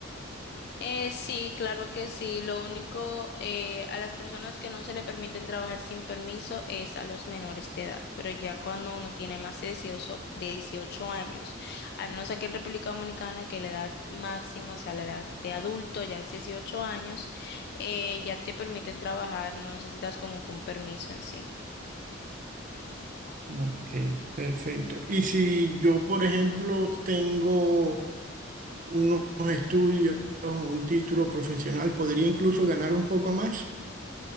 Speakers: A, on the left (about 50°); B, on the right (about 40°).
A: Eh, sí, claro que sí. Lo único, eh, a las personas que no se le permiten trabajar sin permiso es a los menores de edad. Pero ya cuando uno tiene más de 18, de 18 años, al menos aquí en República Dominicana, que la edad máxima, o sea, la edad de adulto ya es 18 años, eh, ya te permiten trabajar, no necesitas como que un permiso en sí.
B: Ok, perfecto. Y si yo, por ejemplo, tengo unos estudios, un título profesional, ¿podría incluso ganar un poco más?